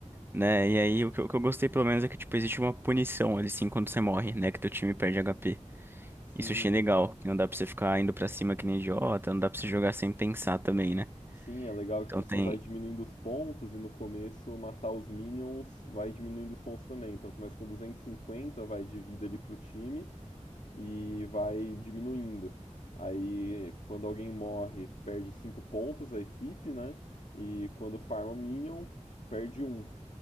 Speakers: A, on the right (about 20°); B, on the left (about 80°).
A: né? E aí o que, eu o que eu gostei pelo menos é que tipo existe uma punição ali sim quando você morre, né? Que teu time perde HP.
B: <laughs> Sim,
A: Isso achei legal. que Não dá pra você ficar indo pra cima que nem idiota, não dá pra você jogar sem pensar também, né?
B: Sim, é legal que,
A: Então
B: tipo assim,
A: tem.
B: vai diminuindo os pontos e no começo matar os minions vai diminuindo os pontos também. Então começa com 250 vai de vida ali pro time e vai diminuindo. Aí quando alguém morre, perde 5 pontos a equipe, né? E quando farma o minion, perde Um.